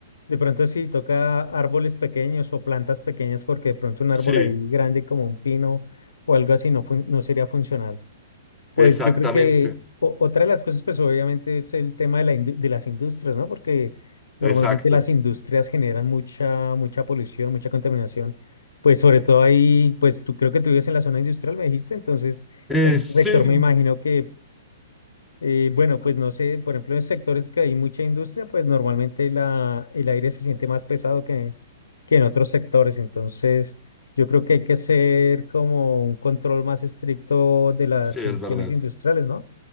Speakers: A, on the left; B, in the centre.
A: De pronto si toca árboles pequeños o plantas pequeñas porque de pronto un árbol
B: Sí,
A: ahí grande como un pino o algo así no, fun- no sería funcional. Pues
B: exactamente,
A: yo creo que o- otra de las cosas pues obviamente es el tema de, la indu- de las industrias, ¿no? Porque normalmente
B: exacto.
A: las industrias generan mucha, mucha polución, mucha contaminación. Pues sobre todo ahí, pues tú creo que tú vives en la zona industrial, me dijiste, entonces
B: Eh,
A: en ese
B: sí,
A: sector me imagino que eh, bueno, pues no sé, por ejemplo, en sectores que hay mucha industria, pues normalmente la, el aire se siente más pesado que, que en otros sectores. Entonces, yo creo que hay que hacer como un control más estricto de las
B: sí,
A: emisiones
B: es verdad,
A: industriales, ¿no?